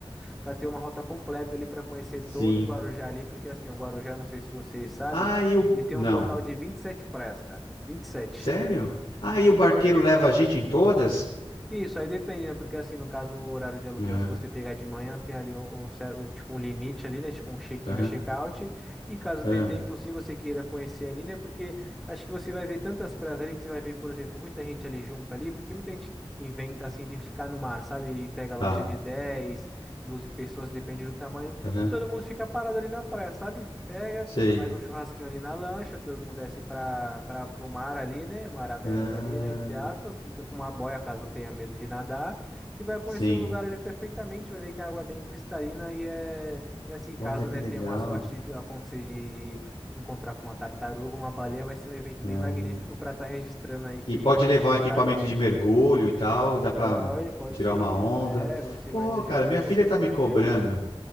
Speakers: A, in the centre; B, on the left.
A: para ter uma rota completa ali para conhecer
B: sim.
A: todo o Guarujá ali, porque assim, o Guarujá, não sei se você sabe,
B: Ah, e o.
A: ele tem
B: Não.
A: um total de 27 praias, cara. vinte vinte e sete
B: Sério? Ah,
A: vinte
B: e
A: e sete
B: o barqueiro
A: praias.
B: leva a gente em todas?
A: Isso, aí dependendo, porque assim, no caso, o horário de aluguel,
B: Aham,
A: se você pegar de manhã, tem ali um, o ce- o tipo, um limite ali, né? Tipo um check-in
B: aham.
A: ou check-out. E caso
B: Ah,
A: dê tempo, sim, você queira conhecer ali, né? Porque acho que você vai ver tantas praias ali que você vai ver, por exemplo, muita gente ali junta ali, porque muita gente inventa assim de ficar no mar, sabe? E pega lancha
B: tá.
A: de dez doze pessoas, depende do tamanho,
B: Aham,
A: e todo mundo fica parado ali na praia, sabe? Pega.
B: sei.
A: Faz um churrasquinho ali na lancha, todo mundo desce para para o mar ali, né? Mar aberto
B: Ah,
A: ali, né? Entre aspas, fica com uma boia caso tenha medo de nadar e vai conhecer
B: sim.
A: o lugar ali perfeitamente, vai ver que a água é bem cristalina e é e assim,
B: Olha
A: caso, né,
B: que legal.
A: tenha uma sorte de tu- acontecer de, de encontrar com uma tartaruga, uma baleia, vai ser um evento bem
B: Ah,
A: magnífico para estar registrando aí que,
B: e pode
A: que foi
B: levar um equipamento
A: um lugar legal.
B: de mergulho e tal, dá pra
A: Pode, pode
B: tirar
A: sim.
B: uma onda.
A: É, você
B: Pô,
A: vai do jeito
B: cara, minha
A: que você
B: filha tá
A: preferir.
B: me cobrando.